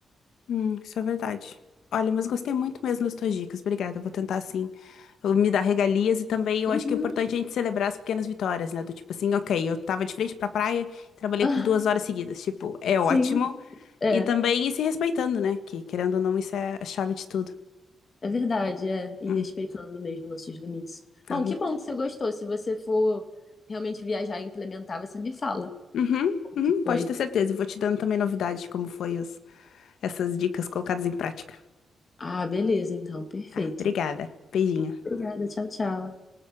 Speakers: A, on the left; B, on the left.
A: Hum, isso é verdade. Olha, mas gostei muito mesmo das tuas dicas. Obrigada. Eu vou tentar assim, eu me dar regalias e também eu
B: Uhum.
A: acho que é importante a gente celebrar as pequenas vitórias, né? Do tipo assim, ok, eu tava de frente pra praia, trabalhei
B: <laughs>
A: por duas horas seguidas. Tipo, é
B: Sim,
A: ótimo.
B: é.
A: E também ir se respeitando, né? Que querendo ou não, isso é a chave de tudo.
B: É verdade, é. E
A: Hum,
B: respeitando mesmo nossos limites.
A: tá.
B: Bom, que bom que você gostou. Se você for realmente viajar e implementar, você me fala
A: Uhum,
B: como
A: uhum,
B: que
A: pode
B: foi.
A: ter certeza. Eu vou te dando também novidades de como foi as, essas dicas colocadas em prática.
B: Ah, beleza, então, perfeito.
A: Tá, obrigada. Beijinho.
B: Obrigada, tchau, tchau.